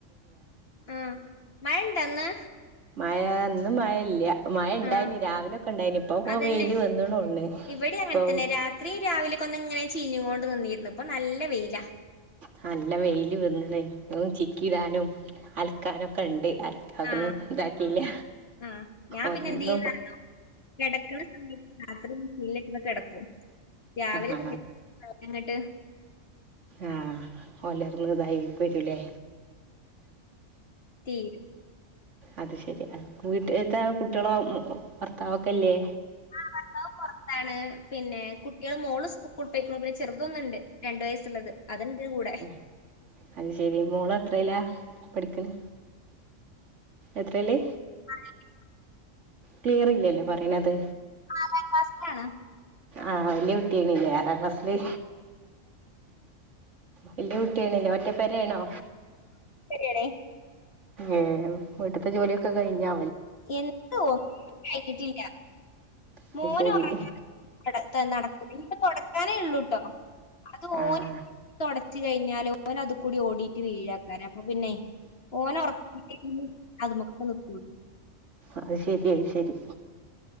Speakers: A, on the left (about 50°); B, on the right (about 65°).
A: ആ മഴ ഉണ്ടോ ഇന്ന്
B: മഴ ഇന്നു മഴ ഇല്ല മഴ ഇണ്ടായിന്
A: ആ
B: രാവിലെക്കെ ഇണ്ടായിന് ഇപ്പൊ പോ
A: അതന്നെ
B: വെയില് വന്നോണ്തോന്നുന്നുഇപ്പൊ
A: ഇവിടെ അങ്ങനെ തന്നെ രാത്രി രാവിലെ ഒന്ന് ഇങ്ങനെ ചീഞ്ഞുകൊണ്ട് നിന്നിരുന്നു ഇപ്പൊ നല്ല വെയിലാ
B: നല്ലവെയില് വന്നണേ അത് ഒന്ന് ചിക്കിയിടാനും അലക്കാനും ഒക്കെ ഉണ്ട് അ അതെക്കെന്ന്
A: ആ
B: ഇതാക്കിയില്ല
A: ആ ഞാൻ
B: ഒന്നും
A: പിന്നെ എന്ത് ചെയ്യുന്നറിയോ കിടക്കുന്ന സമയത്ര ഒന്ന് കിടക്കും രാവിലെ
B: ആഹ്
A: <unintelligible>
B: ആ പുലർന്ന് ഇതായി വരൂല്ലേ
A: തീരും
B: അത് ശെരിയാ വീട്ടത്തെ കുട്ടികളോ ഭർത്താവൊക്കെയില്ലേ
A: ആ ഭർത്താവ്പുറത്താണ് പിന്നെ കുട്ടികൾ മോള് സ്കൂളിൽ പോയിക്ക ണ്പിന്നെ ചെറുതൊന്നുണ്ട് രണ്ടു വയസ്സുള്ളത് അതുണ്ട് ഇതിന്റെ കൂടെ
B: ഉംഅത് ശരി മോള എത്രയിലാ പഠിക്കണേ എത്രയില്
A: <unintelligible>
B: ക്ലിയർ ഇല്ലല്ലേ പറയണത്
A: ആറാം ക്ലാസിലാണ്
B: ആഹ് വല്യ കുട്ടിയാണല്ലെ ആറാം ക്ലസില് വല്യ കുട്ടിയാണല്ലേ ഒറ്റ പേര ആണോ
A: ശരിയാണ്
B: ഏഹ് വീട്ടത്തെ ജോലിയൊക്കെ കഴിഞ്ഞാ
A: എന്ത് ഒന്നും കഴിഞ്ഞിട്ടില്ല
B: അത്
A: മോന്
B: ശരി
A: ഉറങ്ങാതെ ഒന്നും നടക്കും എനിക്ക് തുടക്കാനേ ഉള്ളൂട്ടോ അത്
B: ആഹ്
A: ഓന് തുടച്ച കഴിഞ്ഞാല് ഓന അത് കൂടി ഓടിട്ട് വീഴാക്കാര അപ്പൊ പിന്നെ ഓന് ഉറക്കിട്ടെ അതുമൊക്കെ നിക്കൂ
B: അത് ശരി അത് ശരി